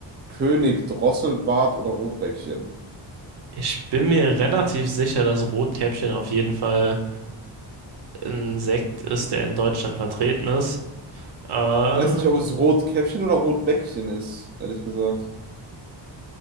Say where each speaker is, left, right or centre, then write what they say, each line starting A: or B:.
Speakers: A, on the right; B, on the right.
A: König Drosselbart oder Rotbäckchen.
B: Ich bin mir relativ sicher, dass Rotkäppchen auf jeden Fall ein Sekt ist, der in Deutschland vertreten ist. Äh,
A: Ich weiß nicht, ob es Rotkäppchen oder Rotbäckchen ist, ehrlich gesagt.